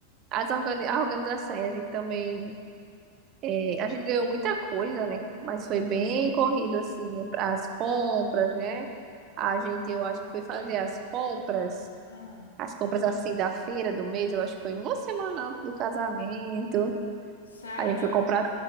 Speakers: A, on the right; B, on the left.
A: As organi a organização, a gente também. é, a gente ganhou muita coisa, né? Mas
B: Uhum.
A: foi bem Uhum. corrido, assim, as compras, né?
B: Ai,
A: A gente,
B: que
A: eu
B: bom,
A: acho que
B: que
A: foi
B: vocês
A: fazer
B: ganharam.
A: as compras.
B: Hum,
A: As compras assim da feira do mês, eu acho que foi uma semana antes do casamento.
B: sério?
A: A gente foi comprar,